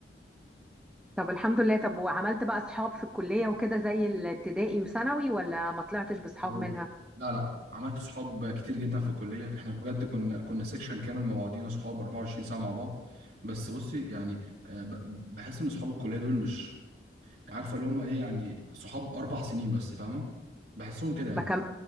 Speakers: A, in the centre; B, on the right.
A: طب الحمد لله طب وعملت بقى اصحاب في الكلية وكده زي الابتدائي وثانوي ولا ما طلعتش باصحاب
B: هقول
A: منها؟
B: لا لا عملت صحاب كتير جدا في الكليه احنا بجد كنا كنا سيكشن كامل مع بعضينا صحاب 24 ساعه مع بعض بس بصي يعني آه، ب- بحس ان صحاب الكليه دول مش عارفه اللي هم ايه يعني صحاب اربع سنين بس فاهمه بحسهم كده يعني
A: ما كم...